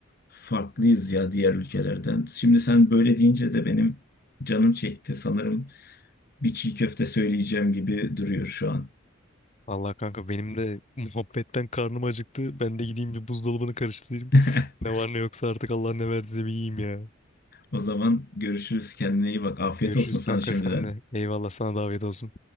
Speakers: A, on the left; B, on the left.
A: farklıyız ya diğer ülkelerden. Şimdi sen böyle deyince de benim Canım çekti sanırım bir çiğ köfte söyleyeceğim gibi duruyor şu an.
B: Allah kanka benim de <laughs> muhabbetten karnım acıktı. Ben de gideyim bir buzdolabını karıştırayım.
A: <laughs>
B: Ne var ne yoksa artık Allah ne verdiyse bir yiyeyim ya.
A: O zaman görüşürüz kendine iyi bak. Afiyet
B: Görüşürüz
A: olsun sana
B: kanka
A: şimdiden.
B: senle. Eyvallah sana davet olsun.